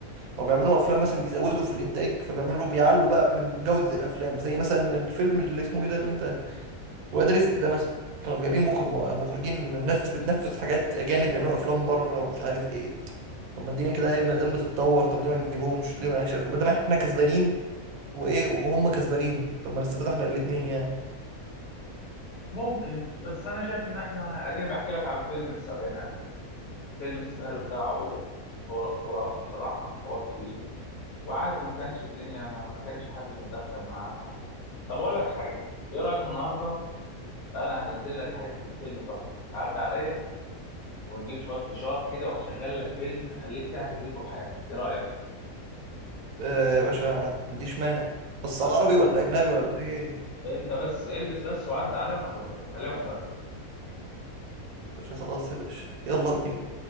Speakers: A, on the right; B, on the left.
A: ما بيعملوا افلام مثلا بيزودوا في الانتاج فبيعملوا بيعلوا بقى من جوده الافلام زي مثلا الفيلم اللي اسمه ايه ده اللي انت واد رزق ده مثلا كانوا جايبين مخرج مخرجين الناس بتنفذ حاجات اجانب بيعملوا افلام بره ومش عارف ايه طب ما الدنيا كده إيه، ما دام بتتطور طب ليه ما نجيبهمش ليه ما يشاركوا ما دام احنا كسبانين وايه وهم كسبانين طب ما نستفيد احنا الاثنين يعني
B: ممكن بس انا شايف ان احنا اديني بحكي لك عن فيلم السبعينات فيلم السيناريو بتاعه خرا- خرافي بصراحة هو كبير وعادي ما كانش الدنيا ما, ما كانش حد متدخل معانا ولا طب اقول لك حاجة ايه رأيك النهاردة انا هنزل لك حتة فيلم تحفة تعدي عليا ونجيب شوية فشار كده وهشغل لك فيلم اخليك تعرف بيه طول حياتك ايه رأيك
A: آه يا باشا ما عنديش مانع بس
B: طيب
A: عربي ولا اجنبي ولا ايه يا
B: انت بس البس بس وعدي عليا وانا هظبطك خليها مفاجأة
A: باشا خلاص يا باشا يلا بينا